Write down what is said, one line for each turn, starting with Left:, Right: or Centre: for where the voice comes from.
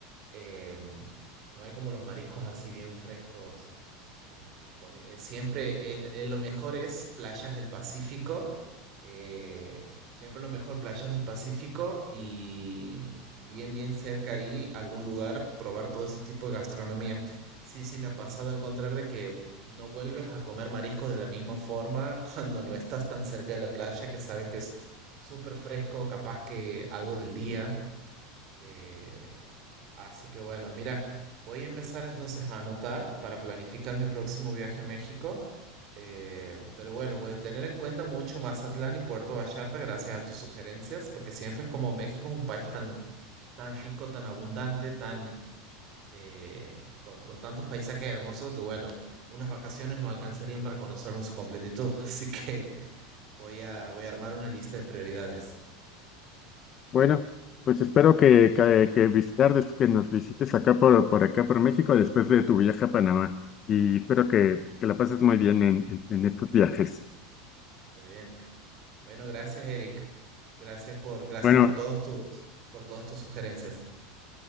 Right: em, no hay como los mariscos así bien frescos. eh, comi- eh, siempre es, es lo mejor es playas del Pacífico, eh, siempre lo mejor playas del Pacífico y bien bien cerca ahí algún lugar probar todo ese tipo de gastronomía. Sí, sí, me ha pasado a encontrar de que no vuelves a comer mariscos de la misma forma <laughs> cuando no estás tan cerca de la playa que sabes que súper fresco, capaz que algo del día. eh, así que bueno, mira, voy a empezar entonces a anotar para planificar mi próximo viaje a México. eh, pero bueno, voy a tener en cuenta mucho Mazatlán y Puerto Vallarta gracias a tus sugerencias, porque siempre es como México es un país tan, tan rico, tan abundante, tan, eh, con, con tantos paisajes hermosos que bueno, unas vacaciones no alcanzarían para conocerlo en su completitud. <laughs> Así que voy a, voy a armar una lista de prioridades.
Left: Bueno, pues espero que, que, que visitar, des- que nos visites acá por, por acá por México después de tu viaje a Panamá. Y espero que, que la pases muy bien en, en en estos viajes.
Right: Muy bien. Bueno, gracias, Eric. Gracias por, gracias
Left: Bueno,
Right: por todos tus, por todas tus sugerencias.